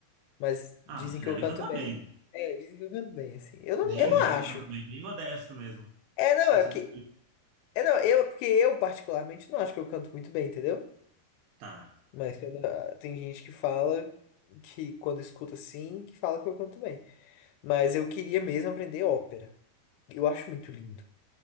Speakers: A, on the left; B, on the right.
A: Mas dizem
B: Ah, mas você
A: que
B: deve
A: eu canto
B: cantar
A: bem.
B: bem.
A: É, dizem que eu canto bem, assim. Eu não,
B: Dizem
A: eu não acho.
B: que eu canto bem, bem modesto mesmo.
A: É, não,
B: Tá
A: é
B: sendo
A: porque. É, não, eu, porque eu, particularmente, não acho que eu canto muito bem, entendeu?
B: Tá.
A: Mas quando- ah, tem gente que fala que quando escuta assim, que fala que eu canto bem. Mas eu queria mesmo aprender ópera. Eu acho muito lindo.